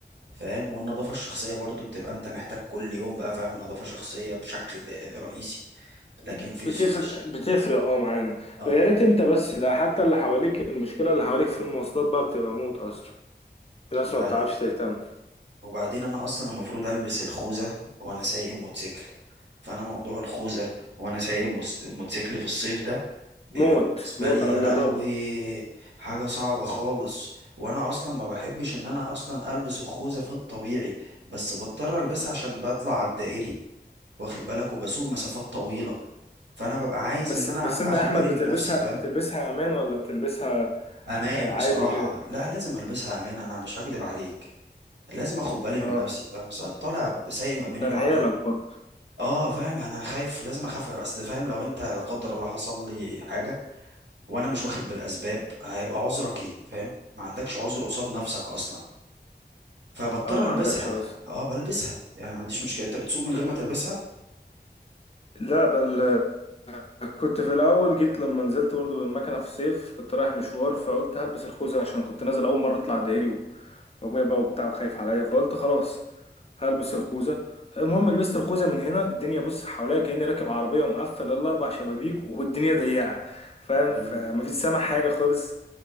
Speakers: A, on the right (about 85°); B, on the left (about 35°).
A: فاهم والنظافة الشخصية برضو بتبقى انت محتاج كل يوم بقى فاهم نظافة شخصية بشكل رئيسي لكن
B: بتفرق
A: فيش فيش
B: بتفرق اه معانا
A: اه
B: يا ريت انت بس ده حتى اللي حواليك المشكله اللي حواليك في المواصلات بقى بتبقى موت اصلا في ناس
A: ده
B: ما بتعرفش تهتم
A: وبعدين انا اصلا المفروض البس الخوذه وانا سايق موتوسيكل فانا موضوع الخوذه وانا سايق مس- موتوسيكل في الصيف ده
B: موت
A: بيبقى بالنسبه
B: موت
A: لي
B: انا
A: يا
B: مجربه
A: لهوي حاجه صعبه خالص وانا اصلا ما بحبش ان انا اصلا البس الخوذه في الطبيعي بس بضطر البسها عشان بطلع على الدائري واخد بالك وبسوق مسافات طويله فانا ببقى عايز
B: بس
A: ان انا
B: بس انت
A: اخد
B: يا احمد
A: بالي
B: بتلبسها
A: من نفسي فاهم
B: بتلبسها امان ولا بتلبسها
A: امان
B: آه، عادي
A: بصراحه
B: كده
A: لا لازم البسها امان انا مش هكدب عليك لازم اخد بالي من
B: اه
A: نفسي فاهم بس أنا طالع سايق ما بين
B: عشان
A: الع...
B: عيالك برضه
A: اه فاهم يعني انا خايف لازم اخاف اصل فاهم لو انت لا قدر الله حصل لي حاجه وانا مش واخد بالاسباب هيبقى عذرك ايه فاهم ما عندكش عذر قصاد نفسك اصلا فبضطر
B: اه ما
A: البسها
B: عندكش عذر
A: اه بلبسها يعني ما عنديش مشكله انت بتسوق من غير ما تلبسها
B: لا بل كنت في الاول جيت لما نزلت برضو بالمكنه في الصيف كنت رايح مشوار فقلت هلبس الخوذه عشان كنت نازل اول مره اطلع دهري وابويا بقى وبتاع وخايف عليا فقلت خلاص هلبس الخوذه المهم لبست الخوذه من هنا الدنيا بص حواليا كاني راكب عربيه ومقفل الاربع شبابيك والدنيا ضيقه فاهم
A: مم.
B: فمفيش سامع حاجه خالص